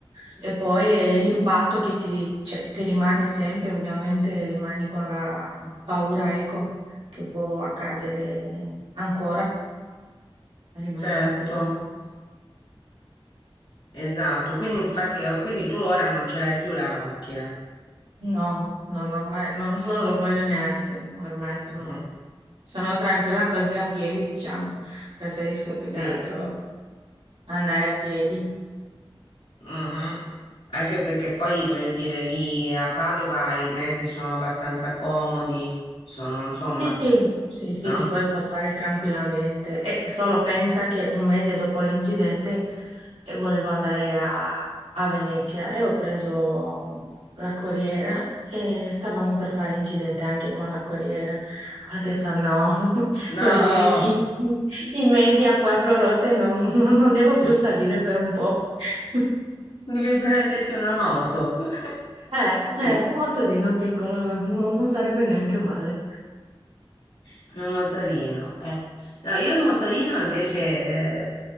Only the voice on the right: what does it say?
E poi eh, l'impatto che ti, cioè, ti rimane sempre, ovviamente rimani con la paura, ecco, che può accadere ancora, rimani
con questa paura.
No, no, no, ma non, non lo voglio neanche. Ormai sono,
sono tranquilla così a piedi, diciamo. Preferisco più
che altro andare a piedi.
Sì, sì, sì, sì,
ti puoi spostare tranquillamente. E solo pensa che un mese dopo l'incidente eh, volevo andare a, a Venezia e ho preso la corriera e stavamo
per fare incidente anche con la corriera. Ho detto no, <laughs>
vuol dire che i mesi a quattro ruote non, non- non devo più
salire per un po'. <laughs>
Eh, eh, un motorino piccolo non non sarebbe neanche male.